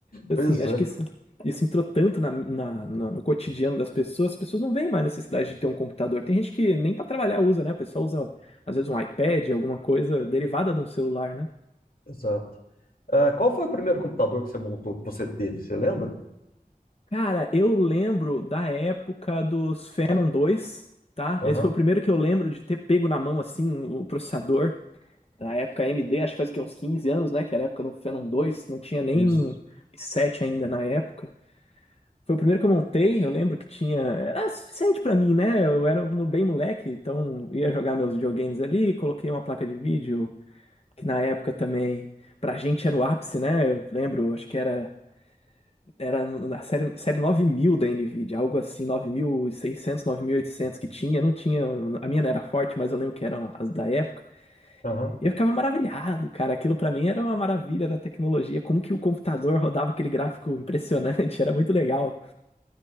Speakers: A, on the left; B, on the left.
A: Assim,
B: Pois
A: acho
B: é,
A: que isso, isso entrou tanto na, na- na- no cotidiano das pessoas, as pessoas não veem mais necessidade de ter um computador. Tem gente que nem para trabalhar usa, né? O pessoal usa, às vezes, um iPad, alguma coisa derivada de um celular, né?
B: exato. Ah, qual foi o primeiro computador que você montou, que você teve? Você lembra?
A: Cara, eu lembro da época dos Phenom 2, tá?
B: Aham,
A: Esse foi o primeiro que eu lembro de ter pego na mão, assim, o processador. Na época AMD, acho que faz o quê, uns 15 anos, né? Que era a época do Phenom 2, não tinha nem
B: isso.
A: i7 ainda na época. Foi o primeiro que eu montei, eu lembro que tinha. Era suficiente pra mim, né? Eu era mo- bem moleque, então ia jogar meus videogames ali, coloquei uma placa de vídeo, que na época também, pra gente era o ápice, né? Eu lembro, acho que era, era na série, série 9000 da Nvidia, algo assim, 9600, 9800 que tinha, não tinha. A minha não era forte, mas eu lembro que eram as da época.
B: Aham.
A: E eu ficava maravilhado, cara. Aquilo pra mim era uma maravilha da tecnologia, como que o computador rodava aquele gráfico impressionante, <laughs> era muito legal.